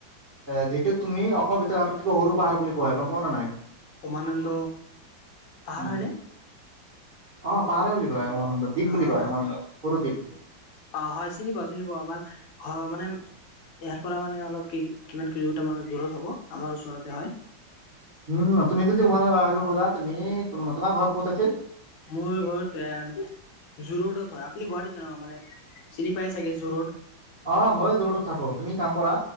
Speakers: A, on the right; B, on the left.
A: এ যিটোক তুমি অসমৰ ভিতৰত আটাইতকৈ সৰু পাহাৰ বুলি কোৱা হয়। গম পোৱা না নাই?
B: উমানন্দ, পাহাৰ
A: উম
B: হয়নে?
A: অ পাহাৰে বুলি কয় উমানন্দ, দ্বীপ
B: অ
A: বুলি কয় উমানন্দ সৰু দ্বীপ
B: অ', হয় চিনি পাও, চিনি পাও। আমাৰ ঘৰৰ মানে ইয়াৰ পৰা মানে অলপ কি কিমান কিলোমিটাৰ মানৰ দূৰত হ'ব, আমাৰ ওচৰতে হয়।
A: উম তুমিটো দি মানলৈ আহা যোৱা কৰা তুমি, তোমাৰ ঘৰ ক'ত আছিল?
B: মোৰ ঘৰত এয়া জো ৰোডত হয়, আপুনি গুৱাহাটীত আ মানে চিনি পাই চাগে জো ৰড?
A: অ', ময়ো জো ৰডত থাকো। তুমি কাম কৰা